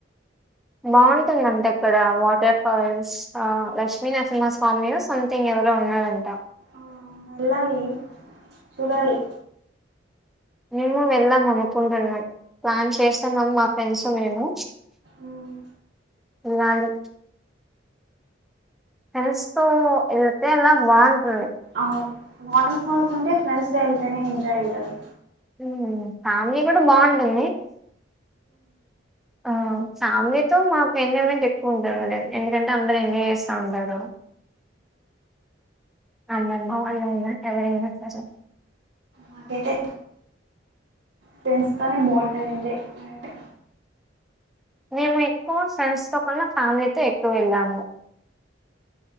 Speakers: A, in the centre; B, on the right.
A: బావుంటుంది అంట అక్కడ వాటర్ ఆ లక్ష్మీనరసింహస్వామియో సమ్థింగ్ ఎవరో ఉన్నారంట
B: ఆ వెళ్ళాలి చూడాలి
A: మేము వెళ్ళాం అనుకుంటున్నాం. ప్లాన్ చేస్తన్నాము మా ఫ్రెండ్స్ మేము
B: ఉమ్
A: వెళ్ళాలి. ఫ్రెండ్స్ తో ఎలితేన బాగుంటుంది.
B: ఔ వాటర్ ఫాల్స్ అంటే ఫ్రెండ్స్తో వెళ్తేనే ఎంజాయ్ ఉంటది
A: మ్మ్ ఫ్యామిలీ కూడా బాగుంటుంది. ఆ ఫ్యామిలీతో మాకు ఎంజాయ్మెంట్ ఎక్కువ ఉంటది కద. ఎందుకంటే అందరు ఎంజాయ్ చేస్తాం కదా. వాళ్ళ అమ్మ వాళ్ళు అయిన ఎవ్వరైన సరే
B: నాకైతే ఫ్రెండ్స్ తోనే బాగుంటది ఎంజాయ్ ఎ
A: మిమేక్ హ్ ఫ్రెండ్స్ తో కన్నా ఫ్యామిలీతో ఎక్కువ వెల్లాము.